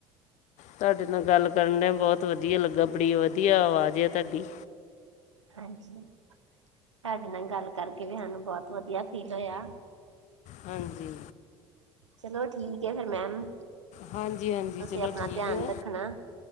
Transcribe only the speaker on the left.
ਤਾਡੇ ਨਾਲ ਗੱਲ ਕਰਨ ਡਿਆਂ ਬੋਤ ਵਧੀਆ ਲੱਗਾ, ਬੜੀ ਵਧੀਆ ਆਵਾਜ ਏ ਤਾਡੀ।
ਹਾਂਜੀ।
ਹਾਂਜੀ-ਹਾਂਜੀ
ਚਲੋ
ਠੀਕ
ਐ,